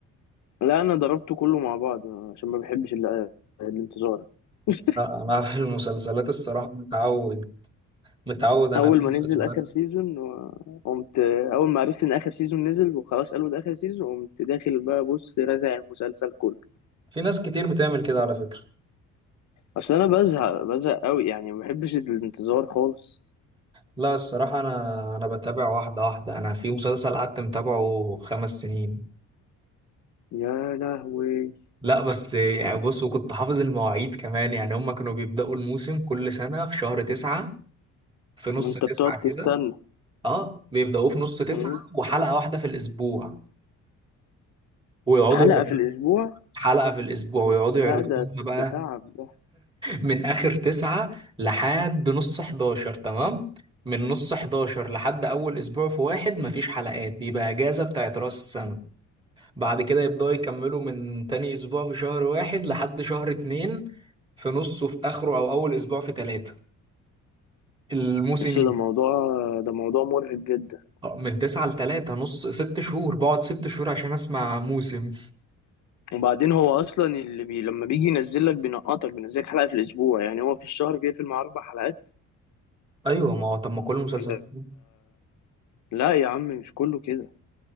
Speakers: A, on the left; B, on the right.
A: لا انا ضربته كله مع بعض عشان ما بحبش ال... الانتظار <laughs>
B: لا، انا في المسلسلات الصراحه متعود متعود انا
A: اول
B: في المسلسلات
A: ما نزل اخر سيزون و- قمت اول ما عرفت ان اخر سيزون نزل وخلاص قالوا ده اخر سيزون قمت داخل بقى بص رازع المسلسل كله
B: في ناس كتير بتعمل كده على فكره
A: اصل انا بزهق بزهق قوي يعني ما بحبش الانتظار خالص
B: لا الصراحه انا انا بتابع واحده واحده انا في مسلسل قعدت متابعه خمس سنين
A: يا لهوي
B: لا بس يعني بص وكنت حافظ المواعيد كمان يعني هما كانوا بيبداوا الموسم كل سنه في شهر تسعة في نص
A: انت
B: تسعة
A: بتقعد تستنى
B: كده اه بيبداوه في نص تسعة
A: مم.
B: وحلقه واحده في الاسبوع ويقعدوا
A: حلقة
B: يعرضوا
A: في الاسبوع
B: حلقه في الاسبوع ويقعدوا
A: لا
B: يعرضوا
A: ده ده
B: بقى
A: تعب ده
B: من اخر تسعة لحد نص 11 تمام من نص 11 لحد اول اسبوع في واحد مفيش حلقات بيبقى اجازة بتاعت راس السنة بعد كده يبدأوا يكملوا من تاني اسبوع في شهر واحد لحد شهر اتنين في نصه في اخره او اول اسبوع في تلاتة الموسم
A: بس
B: يبدأ
A: ده موضوع ده موضوع مرهق جدا
B: من تسعة لتلاتة نص ست شهور بقعد ست شهور عشان اسمع موسم
A: وبعدين هو اصلا اللي بي لما بيجي ينزل لك بينقطك بينزل لك حلقه في الاسبوع يعني هو في الشهر بيقفل مع اربع حلقات
B: ايوه ما هو طب ما كل المسلسلات
A: ده
B: كده.
A: لا يا عم مش كله كده